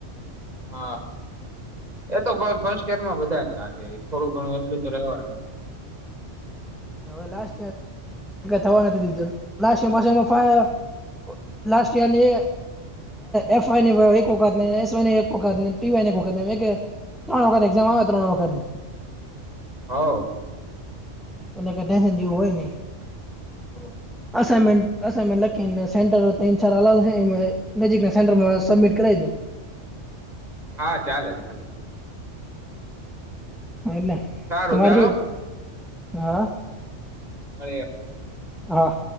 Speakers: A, on the right; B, in the centre.
A: હા, એતો ભાઈ ફર્સ્ટ એડમાં બધારે આગે થોડું ઘણું એટલું તો રવાનું.
B: વેાસ થવા નથી દીધાસ પા ફ લાસ્ટ યારની એફ વાય ની એક વખત એસ વાય એક વખત ટી વાય એક વખત ત્રણ વખત એક્ઝામ આવે ત્રણ વખતની
A: હાવ.
B: એટલે કે ટેન્શન જેવું હોય નઈ.
A: હ.
B: અસાઇમેન્ટ એસાઇમેન્ટ લખી ન સેન્ટર ત્રણ ચાર અલાવશે નજીકના સેન્ટરમાં સબમિટ કરાવી દો.
A: હા ચાલે જ હાલો.
B: હ એલે
A: સારું
B: તમારે
A: ચાલો
B: છું હા.
A: હા.
B: હા.